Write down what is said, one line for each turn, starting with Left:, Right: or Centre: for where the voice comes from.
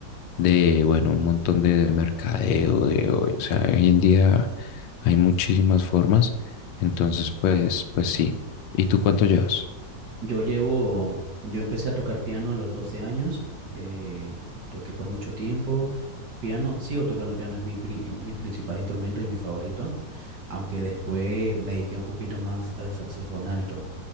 Left: de, bueno, un montón de, de mercadeo, de hoy. O sea, hoy en día hay muchísimas formas. Entonces, pues, pues sí. ¿Y tú cuánto llevas?
Right: Yo llevo, yo empecé a tocar piano a los 12 años, eh, toqué por mucho tiempo, piano, sigo tocando piano, es mi, pri- mi principal instrumento y mi favorito, aunque después me dediqué un poquito más al saxofón alto.